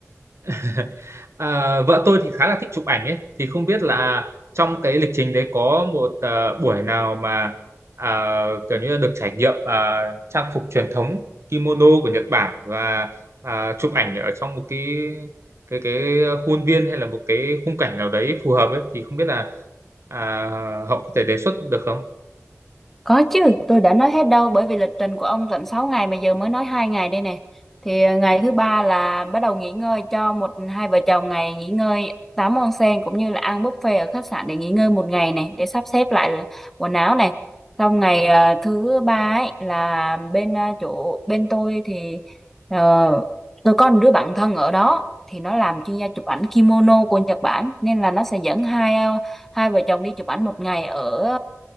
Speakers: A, on the right; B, in the centre.
A: <laughs> Ờ, vợ tôi thì khá là thích chụp ảnh ấy thì không biết là trong cái lịch trình đấy có một ờ, buổi nào mà ờ, kiểu như là được trải nghiệm ờ, trang phục truyền thống kimono của Nhật Bản và ờ, chụp ảnh ở trong một cái cái cái khuôn viên hay là một cái khung cảnh nào đấy phù hợp ấy thì không biết là à, Hậu có thể đề xuất được không?
B: Có chứ, tôi đã nói hết đâu bởi vì lịch trình của ông tận 6 ngày mà giờ mới nói hai ngày đây nè. Thì ờ, ngày thứ ba là bắt đầu nghỉ ngơi cho một hai vợ chồng ngày nghỉ ngơi tắm onsen cũng như là ăn buffet ở khách sạn để nghỉ ngơi một ngày này để sắp xếp lại quần áo này. Xong ngày ờ, thứ ba ấy là bên ờ, chỗ bên tôi thì ờ, tôi có một đứa bạn thân ở đó thì nó làm chuyên gia chụp ảnh kimono của Nhật Bản nên là nó sẽ dẫn hai ờ, hai vợ chồng đi chụp ảnh một ngày ở